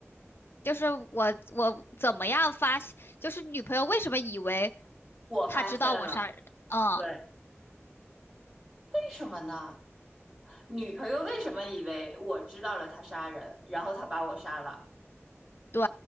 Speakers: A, on the left; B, on the right.
A: 就是我我怎么样发现，就是女朋友为什么以为
B: 我发现了，
A: 她知道我杀人，嗯。
B: 对，为什么呢？女朋友为什么以为我知道了他杀人，然后他把我杀了？
A: 对，